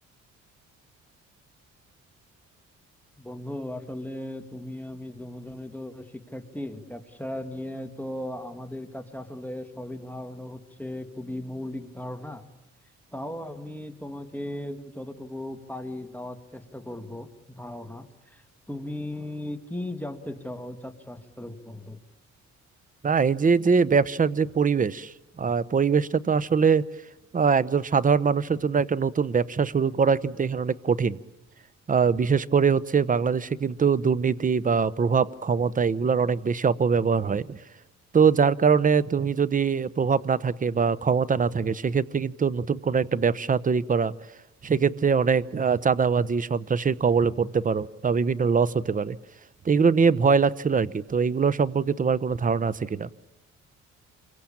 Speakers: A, in the centre; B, on the right.
A: বন্ধু আসলে তুমি আমি দুজনেই তো শিক্ষার্থী ব্যবসা নিয়ে তো আমাদের কাছে আসলে সবই ধারণা হচ্ছে খুবই মৌলিক ধারণা তাও আমি তোমাকে যতটুকু পারি দেওয়ার চেষ্টা করব ধারণা তুমি কি জানতে চাও চাচ্ছ আসলে বন্ধু
B: না এই যে যে ব্যবসার যে পরিবেশ আহ, পরিবেশটা তো আসলে আহ, একজন সাধারণ মানুষের জন্য একটা নতুন ব্যবসা শুরু করা কিন্তু এখানে অনেক কঠিন আহ, বিশেষ করে হচ্ছে বাংলাদেশে কিন্তু দুর্নীতি বা প্রভাব ক্ষমতা এগুলোর অনেক বেশি অপব্যবহার হয় তো যার কারণে তুমি যদি প্রভাব না থাকে বা ক্ষমতা না থাকে সেক্ষেত্রে কিন্তু নতুন কোনো একটা ব্যবসা তৈরি করা সেক্ষেত্রে অনেক আহ, চাঁদাবাজি সন্ত্রাসীর কবলে পড়তে পারো বা বিভিন্ন লস হতে পারে তো এগুলো নিয়ে ভয় লাগছিল আর কি তো এগুলো সম্পর্কে তোমার কোনো ধারণা আছে কিনা